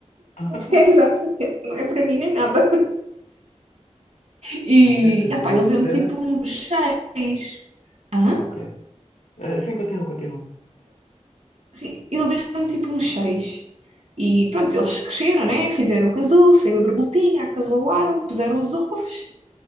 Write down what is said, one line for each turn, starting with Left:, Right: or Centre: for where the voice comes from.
Left: <laughs>
Right: é, exatamente, não é para mim nem nada. E,
Left: Olha, tu
Right: epá,
Left: podias
Right: ele
Left: fazer.
Right: deu-me tipo
Left: a-
Right: uns seis. Hã?
Left: Ok. Ah, sim, continua, continua.
Right: Sim, ele deu-me tipo uns seis. E pronto, eles cresceram, né? Fizeram o casulo, saiu a borboletinha, acasolaram puseram os ovos